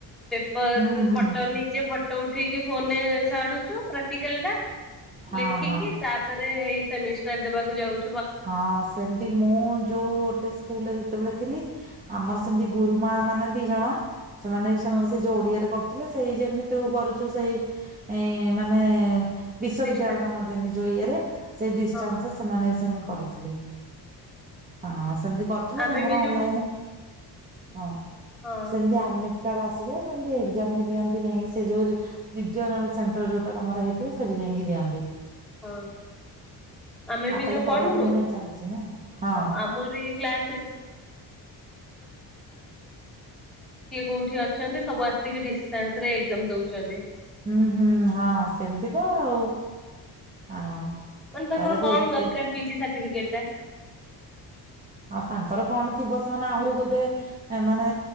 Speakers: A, in the centre; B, on the right.
A: ପେପର
B: ହୁଁ ହୁଁ
A: ଫଟୋ ନିଜେ ଫଟୋ ତ ଉଠେଇିକି ଫୋନ ଛାଡୁଛୁ ପ୍ରତିିକାଲ ଟା
B: ହଁ
A: ଲେଖିକି
B: ହଁ
A: ତାପରେ ହେଇ ସେମିଷ୍ଟାର ଦେବାକୁ ଯାଉଛି
B: ହଁ ସେମିତି ମୁଁ ଯୋଉ ଗୋଟେ ସ୍କୁଲ କେତେବେଳେ ଥିଲି ଆମର ସେମତି ଗୁରୁ ମା ମାନେ ଦି ଜଣ ସେମାନେ ବି ସେମିତି
A: ହଁ
B: ସେ ଯୋଡିଆରେ ଥିଲେ ସେଇ ଯେମିତି ତୁ କରୁଛୁ ସେଇ ଏଇ ମାନେ ବିଶ୍ୱବିଦ୍ୟାଳୟ
A: ଡିଷ୍ଟାନ୍ସ
B: ତ ମମଜେ ନି ଯୋଇଏରେ ସେଇ ଡିଷ୍ଟାସରେ
A: ହଁ
B: ସେମାନେ ହେ କରୁଥିଲି ହଁ ସେମିତି କରିଥିଲେ
A: ଆମେ
B: ତାଙ୍କର
A: ବି ଯୋଉ
B: ଅନଲାଇନ ହଁ
A: ହଁ
B: ସନ୍ଧ୍ୟା ଆଳମେ ାର୍ଡ ଆସିଯଥାଏ ଯେମିତି ଏଜାମ ବି ଦିନ୍ତି ଯାଇକି ସେଉଲ ସେଣ୍ଟର ଯୋଉଟାମର ହେଇଥିବ ସେଠି ଯାଇକି ଦିଅନ୍ତି
A: ହଁ ଆମେ
B: ଆଉ
A: ବି
B: ତାହେଲେ
A: ଯୋଉ ବ
B: ପଢାପଢି
A: ମମ
B: ଏଇନା ଚାଲିଛି ନା ହଁ
A: ସବୁ କିଏ କୋଉଠି ଅଛନ୍ତି ସବୁ ଆସିକି ଡିାସ ଦଉଛନ୍ତି
B: ହୁଁ ହୁଁ ହଁ ସେମିତି ତ ଆଉ ହଁ
A: ମାନେ ତାଙ୍କର
B: ତାହେଲେ ତୁ
A: କଣ
B: ଏତେ
A: ଦରକାର ପିଇଛିଠ <unintelligible>
B: ଆଉ ତାଙ୍କର କଣ ଥିବ ସେମାନେ ଆହୁରି ବୋଧେ ମାନେ